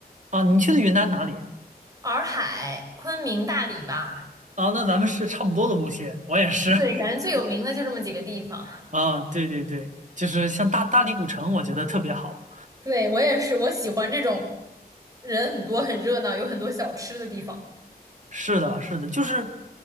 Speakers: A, on the right; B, on the right.
A: 啊，你去的云南哪里？
B: 洱海、昆明、大理吧，
A: 啊，那咱们是差不多的路线，我也是。<laughs>
B: 对，感觉最有名的就这么几个地方。
A: 啊，对对对，就是像大大理古城，我觉得特别好。
B: 对，我也是，我喜欢这种人很多、很热闹、有很多小吃的地方。
A: 是的，是的，就是